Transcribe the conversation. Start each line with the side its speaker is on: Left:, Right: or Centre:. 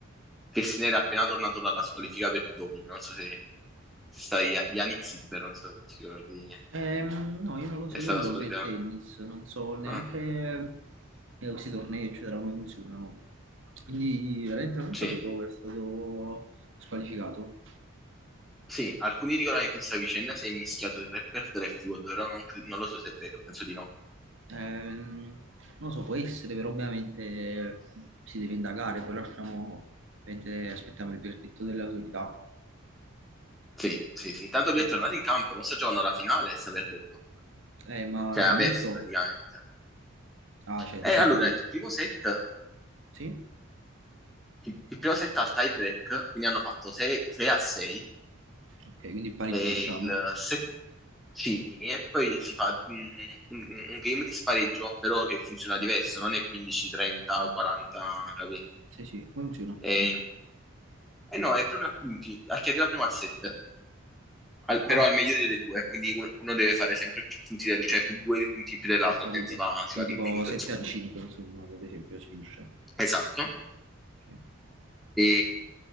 Centre: che se n'era appena tornato dalla squalifica per il doping, non so se, se sai, Ya- Yannick Sinner, non so se ti ricordi,
Right: Ehm, no, io non lo
Centre: è
Right: seguo
Centre: stato
Right: proprio
Centre: squalificato.
Right: il tennis, non so neanche
Centre: Ah,
Right: eh, questi tornei, eccetera, come funzionano. Quindi veramente non
Centre: sì,
Right: sapevo
Centre: eh,
Right: che era stato squalificato.
Centre: sì, alcuni dicono che in questa vicenda si è mischiato il rapper Draftwood, però non, cre- non lo so se è vero, penso di no.
Right: Ehm, non lo so, può essere, però ovviamente si deve indagare, poi lasciamo, ovviamente aspettiamo il verdetto delle autorità.
Centre: Sì, sì, sì, intanto
Right: Eh,
Centre: lui è tornato in campo, ma sta giocando alla finale e sta perdendo,
Right: eh, ma
Centre: cioè ha
Right: di molto?
Centre: perso praticamente.
Right: Ah, cioè,
Centre: E
Right: dici
Centre: allora,
Right: tu,
Centre: il primo set
Right: sì?
Centre: il, il primo set al tie break, quindi hanno fatto 6, a 6
Right: Ok, quindi pareggio,
Centre: e
Right: diciamo.
Centre: il set sì, e poi si fa mm, un, un game di spareggio, però che funziona diverso, non è 15, 30, 40, capì?
Right: Sì, sì, come funziona?
Centre: E, e no, è proprio a punti, a chi arriva prima a 7, però
Right: Ah.
Centre: al meglio delle due, quindi uno, uno deve fare sempre più punti, del, cioè più due punti in più dell'altro,
Right: Ho capito.
Centre: altrimenti si va- si
Right: Quindi
Centre: va all'infinito,
Right: tipo 7
Centre: insomma.
Right: a 5, insomma, ad esempio, si finisce.
Centre: Esatto.
Right: Ok.
Centre: E